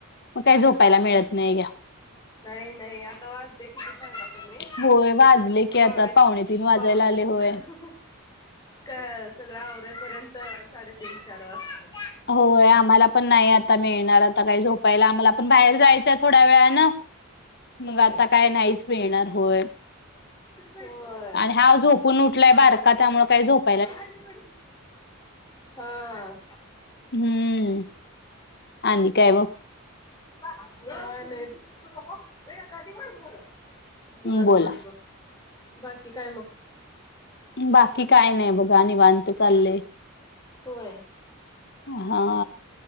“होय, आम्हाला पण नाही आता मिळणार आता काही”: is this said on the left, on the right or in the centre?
Left